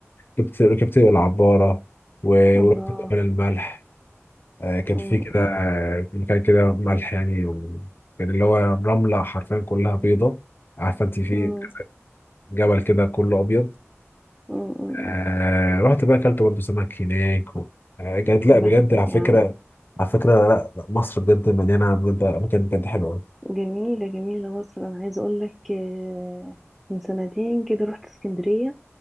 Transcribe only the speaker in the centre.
الله
امم
امم
امم
امم أمم.
يا
بختك
يا عم
جميلة جميلة مصر انا عايزة اقول لك آه، من سنتين كده رحت اسكندرية